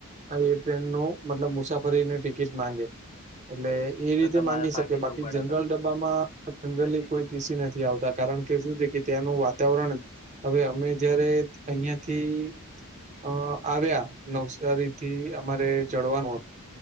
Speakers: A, on the right (about 30°); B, on the left (about 30°).
A: એ ટ્રેનનું મતલબ મુસાફરીને ટિકિટ માંગે, એટલે એ
B: તો
A: રીતે
B: તમારે
A: માંગી
B: ભાગી
A: શકે બાકી
B: જવું પડે
A: જનરલ ડબ્બામાં જનરલી
B: પછી
A: કોઈ, એસી નથી આવતા કારણ કે શું છે, કે ત્યાંનું વાતાવરણ. હવે અમે જયારે અહિયાંથી અ. આવ્યા નવસારી થી અમારે ચડવાનું હતું.